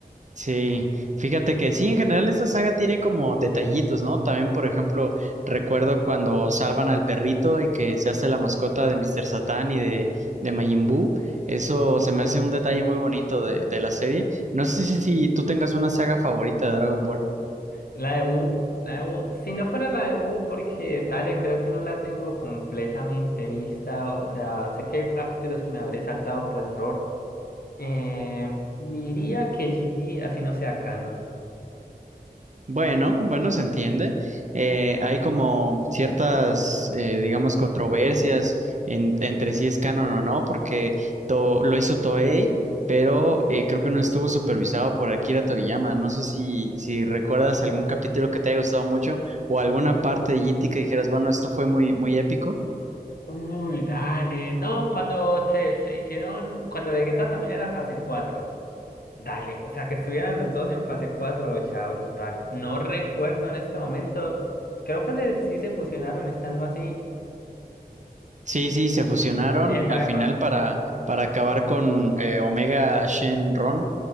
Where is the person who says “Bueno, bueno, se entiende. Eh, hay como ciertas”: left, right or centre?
Right